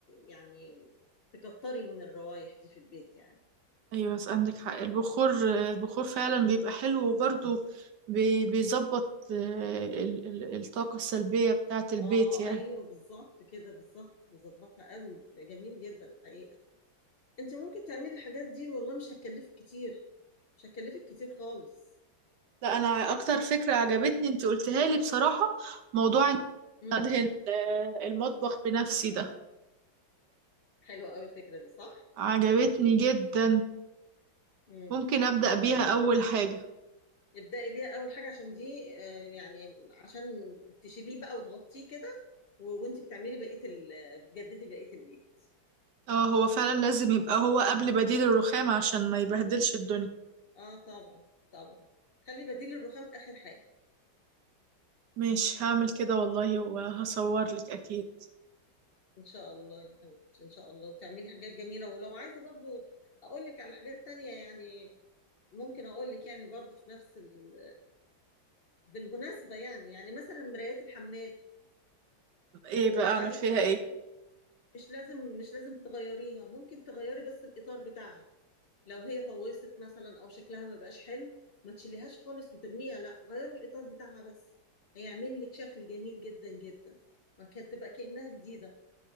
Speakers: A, on the left (about 50°); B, on the right (about 65°).
A: يعني تكتري من الروايح دي في البيت يعني
B: ايوه بس عندك حق البخور البخور فعلا بيبقى حلو وبرضو بي- بيظبط آه، ال- ال- الطاقة السلبية بتاعة البيت
A: اه
B: يعني
A: ايوه بالظبط كده بالظبط بيظبطها قوي بيبقى جميل جدا الحقيقه انت ممكن تعملي الحاجات دي والله مش هتكلفك كتير مش هتكلفك كتير خالص
B: لا انا اكتر فكرة عجبتني انت قلتها لي بصراحة موضوع
A: امم
B: أدهن آه، المطبخ بنفسي ده
A: حلوة قوي الفكرة دي صح؟
B: عجبتني جدا
A: امم
B: ممكن أبدأ بيها
A: جميل
B: أول حاجة
A: ابدأي بيها أول حاجة عشان دي آه، يعني عشان تشيليه بقى وتغطيه كده و- وانت بتعملي بقية ال بتجددي بقية البيت
B: اه هو فعلا لازم يبقى هو قبل بديل الرخام عشان ما يبهدلش الدنيا
A: اه طبعا طبعا خلي بديل الرخام آخر حاجة
B: مش هعمل كده والله وهصور لك أكيد
A: ان شاء الله يا حبيبتي ان شاء الله وتعملي حاجات جميلة ولو عايزة برضو اقول لك على حاجات تانية يعني ممكن اقول لك يعني برضو في نفس ال... بالمناسبة يعني يعني مثلا مرايات الحمام
B: ايه
A: آه،
B: بقى
A: لو
B: أعمل
A: عايزة
B: فيها
A: تغيري
B: ايه
A: مش لازم مش لازم تغيريها ممكن تغيري بس الإطار بتاعها لو هي طوست مثلا أو شكلها ما بقاش حلو ما تشيليهاش خالص وترميها لا غيري الإطار بتاعها بس هيعمل لك شكل جميل جدا جدا وكانت تبقى كأنها جديدة